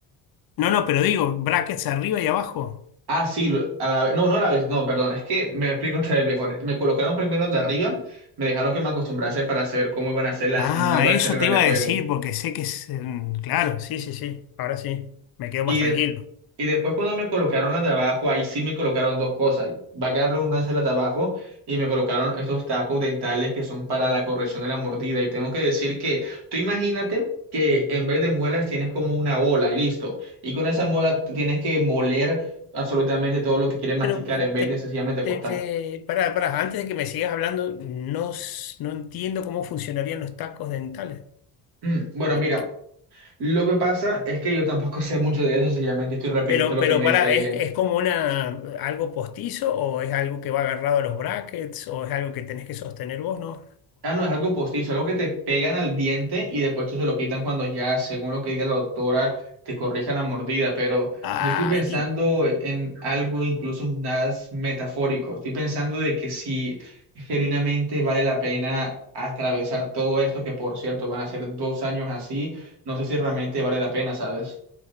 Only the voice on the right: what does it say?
Ah, sí, lo- a la vez. No, no a la vez, no, perdón, es que me explico otra vez mejor. Me colocaron primero de arriba, me dejaron que me acostumbrase para saber cómo iban a ser las
nuevas
reglas
de juego.
Y,
de- y después cuando me colocaron las de abajo, ahí sí me colocaron dos cosas. Va a quedar redundancia las de abajo y me colocaron estos tacos dentales que son para la corrección de la mordida. Y tengo que decir que tú imagínate que en vez de muelas tienes como una bola y listo. Y con esa bola tú tienes que moler absolutamente todo lo que quieres masticar
en vez
de sencillamente
cortar.
Mm, bueno,
mira, lo que pasa es que yo tampoco <laughs> sé mucho de eso, sencillamente estoy repitiendo
lo
que me
dice ella.
Ah, no, es algo postizo, algo que te pegan al diente y después tú se lo quitan cuando ya, según lo que diga la doctora, te corrijan la mordida. Pero
yo estoy pensando
e, en algo incluso más metafórico. Estoy pensando de que si genuinamente vale la pena atravesar todo esto, que por cierto van a ser dos años así, no sé si realmente vale la pena, ¿sabes?